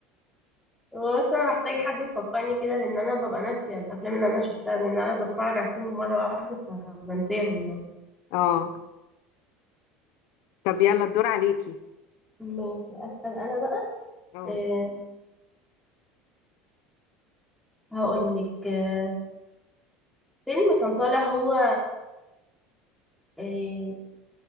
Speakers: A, in the centre; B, on the left (about 60°).
A: هو بس انا محتاج حد يفكرني كده لان انا ببقى ناسيه الافلام اللي انا شفتها لان انا بتفرج على الفيلم مره واحده فبنساهم يعني
B: اه طب يلا الدور عليكي
A: ماشي اسال انا بقى
B: اه
A: أه هقول لك أه فيلم كان طالع هو أه